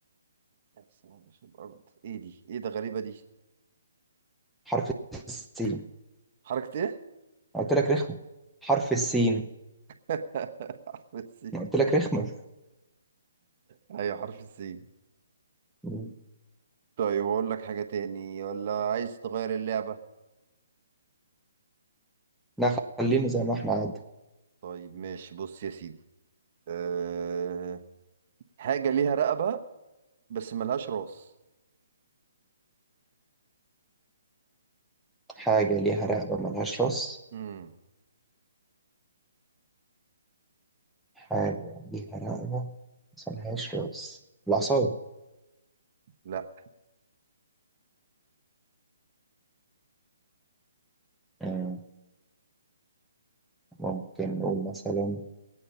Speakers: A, on the right; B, in the centre.
A: يا سلام، مش الارض ايه دي ايه ده غريبة دي
B: حرف السين
A: حركة ايه
B: قلت لك رخمة حرف السين
A: <laughs> حرف السين
B: قلت لك رخمة
A: ايوه حرف السين
B: مم.
A: طيب اقول لك حاجة تاني ولا عايز تغير اللعبة
B: لا خلينا زي ما احنا عاد
A: طيب ماشي بص يا سيدي أه... حاجة ليها رقبة بس ملهاش راس
B: حاجة ليها رقبة ملهاش راس
A: امم
B: حاجة ليها رقبة بس ملهاش راس العصاية
A: لا
B: مم. ممكن نقول مثلا